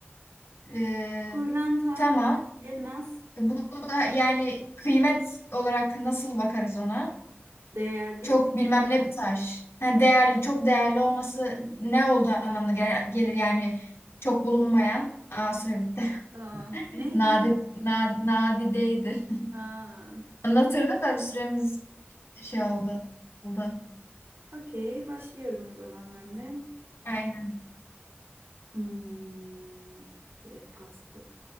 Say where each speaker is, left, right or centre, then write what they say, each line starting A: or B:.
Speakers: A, on the left; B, on the right.
A: Ee,
B: Pırlanta.
A: tamam.
B: Elmas.
A: E, Bu da yani kıymet olarak nasıl bakarız ona?
B: Değerli.
A: Çok bilmem ne bir taş. Ha, değerli, çok değerli olması ne olduğu anlamına gel- gelir yani çok bulunmayan. Aa süre bitti.
B: Aa,
A: <laughs>
B: Neydi?
A: Nadi,
B: mi?
A: na, nadideydi.
B: Ha.
A: <laughs> Anlatırdım da bir süremiz şey oldu. oldu.
B: Okey. Başlıyorum o zaman ben de.
A: Aynen.
B: Hmm, direkt pas bu.